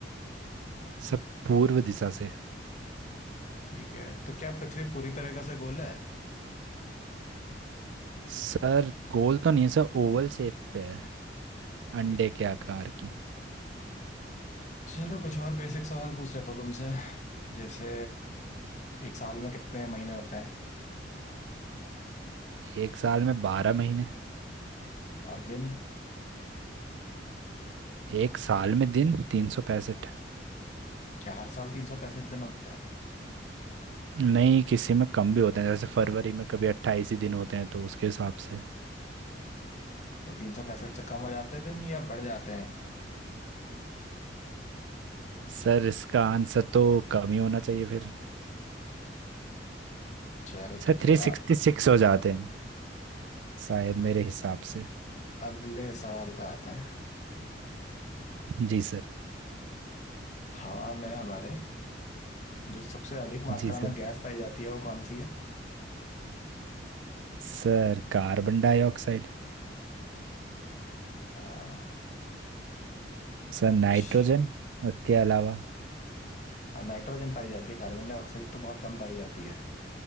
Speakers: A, on the right; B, on the left.
A: सर पूर्व दिशा से
B: ठीक है तो क्या पृथ्वी पूरी तरीके से गोल है
A: सर गोल तो नहीं है सर ओवल शेप पे है
B: ठीक
A: अंडे के
B: है
A: आकार की
B: चलो कुछ और बेसिक सवाल पूछ लेता हूँ तुमसे जैसे एक साल में कितने महीने होते हैं
A: एक साल में बारह महीने
B: और दिन
A: एक साल में दिन तीन सौ पैंसठ
B: क्या हर साल तीन सौ पैंसठ दिन होते हैं
A: नहीं किसी में कम भी होते हैं जैसे फरवरी में कभी अट्ठाईस ही दिन होते हैं तो उसके हिसाब से
B: तो तीन सौ पैंसठ से कम हो जाते हैं दिन या बढ़ जाते हैं
A: सर इसका आंसर तो कम ही होना चाहिए फिर
B: चलो
A: सर
B: ठीक
A: थ्री
B: है अ-
A: सिक्सटी सिक्स हो जाते हैं शायद मेरे हिसाब से
B: अगले सवाल पे आते हैं
A: जी सर
B: हवा में हमारे जो सबसे अधिक मात्रा
A: जी sir
B: में गैस पाई जाती है वो कौन सी है
A: Sir carbon dioxide
B: आ,
A: Sir
B: अच्छा
A: nitrogen उसके अलावा
B: नाइट्रोजन पाई जाती है कार्बन डाइऑक्साइड तो बहुत कम पाई जाती है